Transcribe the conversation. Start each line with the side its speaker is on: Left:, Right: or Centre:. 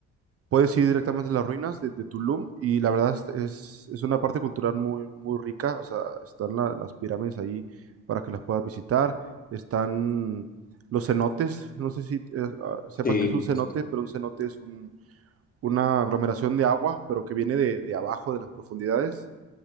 Right: puedes ir directamente a las ruinas de, de Tulum y la verdad es, es, es una parte cultural muy, muy rica. O sea, están la- las pirámides ahí para que las puedas visitar. Están los cenotes. No sé si eh, ah, sepas
Left: Sí,
Right: que es un cenote,
Left: sí, sí.
Right: pero un cenote es un- una aglomeración de agua, pero que viene de, de abajo, de las profundidades.